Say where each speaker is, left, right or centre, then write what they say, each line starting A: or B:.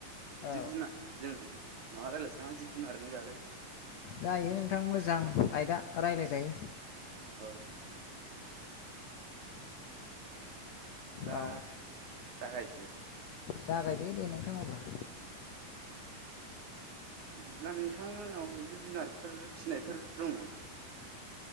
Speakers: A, on the left (about 65°); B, on the right (about 60°).
A: औ
B: जिब-जुनारजों माबा रायलायनोसैना जिब-जुनारनि बागै?
A: जायो नोंथां मोजां आयदा रायलायजायो।
B: औ। बिदिला
A: औ
B: जागायसै।
A: जागायदो दे नोंथां अब्ला।
B: बिदिब्ला नोंथांमोननाव जिब जुनारफोर फिसिनायफोर दं नामा?